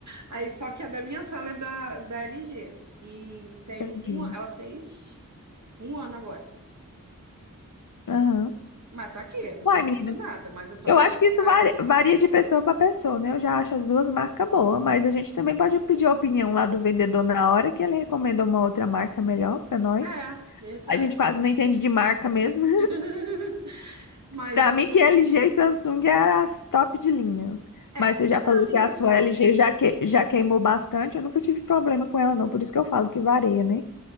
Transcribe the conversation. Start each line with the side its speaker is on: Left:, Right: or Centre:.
Right: Aí só que a da minha sala é da, da LG. E tem
Left: Entendi.
Right: uma, ela fez Um ano agora.
Left: Aham.
Right: Mas tá aqui, não
Left: Uai,
Right: aconteceu
Left: menina,
Right: nada, mas eu só
Left: eu
Right: quero
Left: acho
Right: trocar
Left: que isso varia,
Right: ela.
Left: varia de pessoa para pessoa, né? Eu já acho as duas marcas boas, mas a gente também pode pedir a opinião lá do vendedor na hora que ele recomenda uma outra marca melhor para nós.
Right: É, verdade.
Left: A gente quase não entende de marca mesmo.
Right: <laughs> Mas
Left: Pra
Right: eu.
Left: mim que LG e Samsung é as top de linha.
Right: É,
Left: Mas você já
Right: não,
Left: falou que
Right: engraçado.
Left: a sua LG já, que, já queimou bastante. Eu nunca tive problema com ela, não. Por isso que eu falo que varia, né?